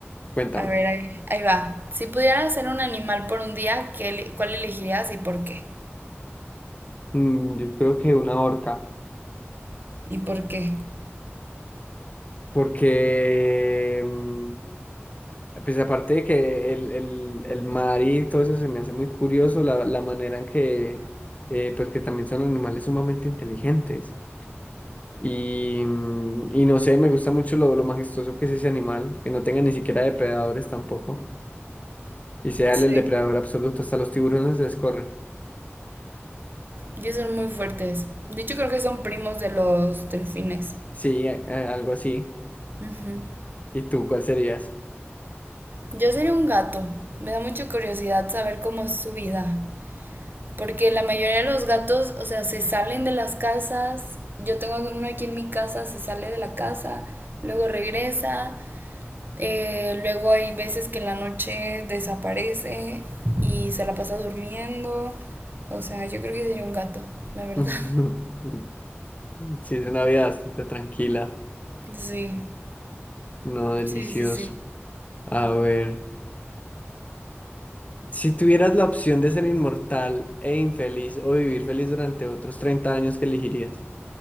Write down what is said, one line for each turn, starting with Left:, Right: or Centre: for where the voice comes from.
Left: Cuéntame.
Right: A ver, ahí, ahí va. Si pudieras ser un animal por un día, ¿qué, ele- cuál elegirías y por qué?
Left: Mm, yo creo que una orca,
Right: ¿Y por qué?
Left: porque... mm, Pues aparte de que el, el, el mar y todo eso se me hace muy curioso, la, la manera en que, eh, pues que también son animales sumamente inteligentes. Y, mm, y no sé, me gusta mucho lo, lo majestuoso que es ese animal, que no tenga ni siquiera depredadores tampoco, y sea
Right: Sí.
Left: el, el depredador absoluto, hasta los tiburones se les corre.
Right: Y son muy fuertes. De hecho, creo que son primos de los delfines.
Left: Sí, a- a- algo así.
Right: Ujú.
Left: ¿Y tú cuál serías?
Right: Yo sería un gato. Me da mucha curiosidad saber cómo es su vida. Porque la mayoría de los gatos, o sea, se salen de las casas. Yo tengo uno aquí en mi casa, se sale de la casa, luego regresa. eh, luego hay veces que en la noche desaparece y se la pasa durmiendo. O sea, yo creo que sería un gato, la verdad.
Left: <laughs>
Right: <laughs>
Left: Sí, es una vida bastante tranquila,
Right: Sí,
Left: no delicioso.
Right: sí, sí, sí.
Left: A ver. Si tuvieras la opción de ser inmortal e infeliz o vivir feliz durante otros 30 años, ¿qué elegirías?